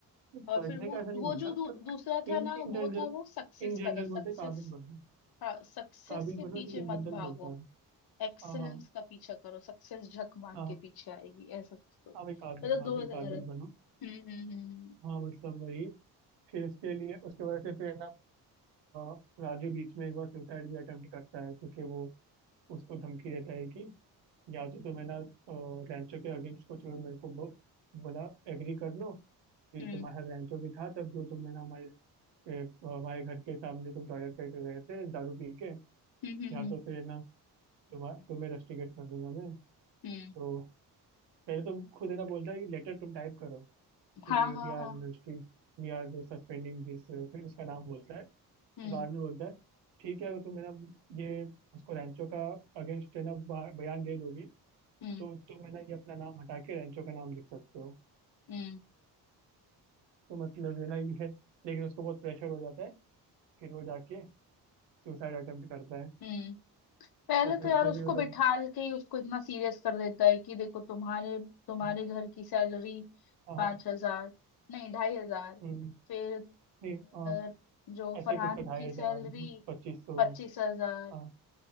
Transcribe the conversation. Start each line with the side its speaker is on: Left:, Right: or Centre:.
Right: तो
Left: और
Right: पढ़ने
Left: फिर वो
Right: का ऐसा नहीं
Left: वो
Right: बोल
Left: जो
Right: रहा
Left: दू,
Right: पर
Left: दूसरा था
Right: in
Left: ना
Right: in
Left: वो
Right: general
Left: था वो सक्सेस
Right: in general
Left: का था सक्सेस
Right: बोलते हैं काबिल बनो
Left: हाँ सक्सेस
Right: काबिल
Left: के
Right: बनो
Left: पीछे
Right: से इन
Left: मत
Right: जनरल
Left: भागो
Right: बोलता है
Left: एक्सेलेंस
Right: हाँ हाँ
Left: का पीछा करो सक्सेस झक मार
Right: हाँ
Left: के पीछे आएगी ऐसा कुछ तो
Right: हाँ भाई काबिल
Left: मतलब
Right: हाँ
Left: दो
Right: भाई
Left: अलग
Right: काबिल
Left: अलग
Right: बनो
Left: हम्म हम्म
Right: हाँ मतलब वही फिर उसके लिए उसके वजह से फिर है ना अ, राजू बीच में एक बार सुसाइड भी अटेम्प्ट करता है क्योंकि वो उसको धमकी देता है कि या तो तुम है ना अ, रैंचो के अगेंस्ट कुछ भी मेरे को बो- बोला एग्री कर लो कि
Left: हम्म
Right: तुम्हारा रैंचो भी था तब जो तुम है ना हमारे ए, हमारे घर के सामने तुम टॉयलेट करके गए थे दारू पी के
Left: हम्म हम्म हम्म
Right: या
Left: हम्म
Right: तो
Left: हम्म,
Right: फिर है ना तुम्हारा तुम्हें रस्टिकेट कर दूंगा मैं
Left: हम्म।
Right: तो पहले तुम खुद है ना बोलता है कि लेटर तुम टाइप करो
Left: हाँ
Right: कि
Left: हाँ
Right: we
Left: हाँ
Right: are rusty we are suspending this फिर उसका नाम बोलता है कि
Left: हम्म
Right: बाद में बोलता है ठीक है अगर तुम मेरा ये उसको रैंचो का अगेंस्ट है ना बा- बयान दे दोगे
Left: हम्म
Right: तो तुम है ना ये अपना नाम हटा के रेंचो का नाम लिख सकते हो
Left: हम्म
Right: तो मतलब ये ना ये है लेकिन उसको बहुत प्रेशर हो जाता है फिर वो जाके सुसाइड अटेम्प्ट करता है
Left: हम्म पहले
Right: तो फिर
Left: तो
Right: उसमें
Left: यार उसको
Right: भी मतलब
Left: बिठा के ही उसको इतना सीरियस कर देता है कि देखो तुम्हारे तुम्हारे
Right: हम्म,
Left: घर की सैलरी
Right: हाँ
Left: पांच
Right: हाँ
Left: हजार नहीं ढाई हजार
Right: हम्म,
Left: फिर
Right: नहीं हाँ,
Left: अ, जो
Right: ऐसे
Left: फरहान
Right: ही कुछ तो ढाई
Left: की सैलरी
Right: हजार पच्चीस सौ
Left: पच्चीस हजार
Right: हाँ